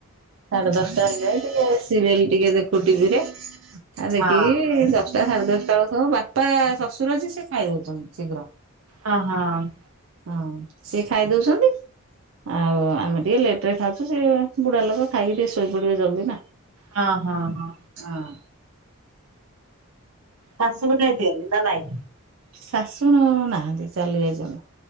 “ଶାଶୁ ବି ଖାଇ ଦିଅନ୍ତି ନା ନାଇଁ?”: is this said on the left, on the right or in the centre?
Right